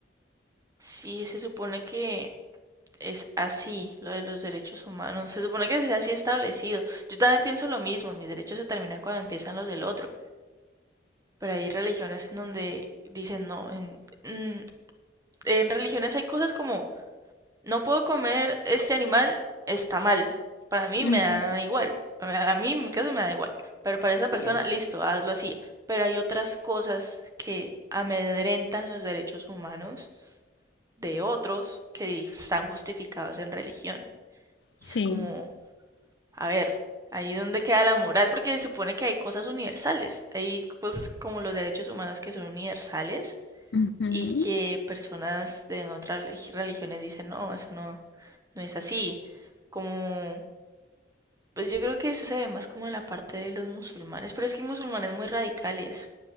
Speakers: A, on the right; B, on the left.
A: Sí, se supone que es así lo de los derechos humanos, se supone que sea así establecido. Yo también pienso lo mismo, mis derechos se terminan cuando empiezan los del otro, Pero hay religiones en donde dicen no. En, mm, en religiones hay cosas como no puedo comer este animal, está mal. Para mí
B: Ujú,
A: me da igual. A a mí en mi caso me da igual. Pero para esa persona,
B: Sí.
A: listo, hazlo así. Pero hay otras cosas que amedrentan los derechos humanos de otros que di- están justificados en religión.
B: Sí.
A: Y es como, a ver, ahí donde queda la moral, porque se supone que hay cosas universales. Hay cosas como los derechos humanos que son universales
B: Ujú,
A: y que personas de otras religi- religiones dicen, no, eso no, no es así. Como, pues yo creo que eso se ve más como en la parte de los musulmanes, pero es que hay musulmanes muy radicales.